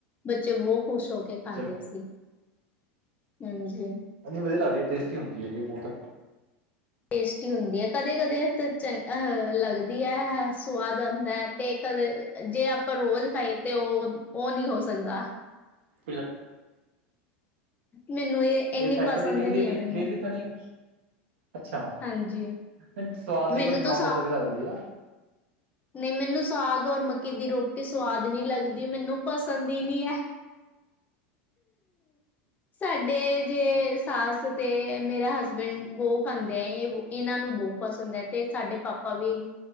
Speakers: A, on the left; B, on the right.
A: ਬੱਚੇ ਬੋਤ ਖੁਸ਼ ਹੋ ਕੇ ਖਾਂਦੇ
B: ਚਲੋ
A: ਸੀ। ਹਂ, ਹਂ।
B: ਹਾਂਜੀ ਵਧੀਆ ਲਗਦੀ ਐ। ਟੇਸਟੀ ਹੁੰਦੀ ਐ ਜੀ ਬੋਤ।
A: ਟੇਸਟੀ ਹੁੰਦੀ ਐ, ਕਦੇ-ਕਦੇ ਤੇ ਚੰਗ ਅ ਲੱਗਦੀ ਐ, ਸਵਾਦ ਆਂਦਾ ਐ, ਤੇ ਕਦੇ ਜੇ ਆਪਾਂ ਰੋਜ਼ ਖਾਈਏ ਤੇ ਓ, ਓ ਨਈਂ ਹੋ ਸਕਦਾ।
B: <inaudible>
A: ਮੈਨੂੰ ਇਹ ਇੰਨੀ
B: ਏ ਤਾਂ ਕਦੇ
A: ਪਸੰਦ
B: ਡੇਲੀ
A: ਨਹੀਂ
B: ਨਈਂ,
A: ਹੈ ਮੈਨੂੰ
B: ਡੇਲੀ ਤਾਂ ਨਈਂ। ਅੱਛਾ।
A: ਹਾਂਜੀ
B: ਸਵਾਦ ਦੇ
A: ਮੈਨੂੰ
B: ਅਕੋਡਿੰਗ
A: ਤਾਂ
B: ਖਾਉ ਤੇ ਵਧੀਆ ਲੱਗਦੀ ਐ।
A: ਨਈਂ, ਮੈਨੂੰ ਸਾਗ ਔਰ ਮੱਕੀ ਦੀ ਰੋਟੀ ਸਵਾਦ ਨੀਂ ਲੱਗਦੀ। ਮੈਨੂੰ ਪਸੰਦ ਈ ਨੀਂ ਐ। ਸਾਡੇ ਜੇ ਸੱਸ ਤੇ ਮੇਰਾ ਹਸਬੈਂਡ ਬੋ ਖਾਂਦੇ ਆ। ਇਨ੍ਹਾਂ ਨੂੰ ਬੋ ਪਸੰਦ ਐ ਤੇ ਸਾਡੇ ਪਾਪਾ ਵੀ ਓਹੀ।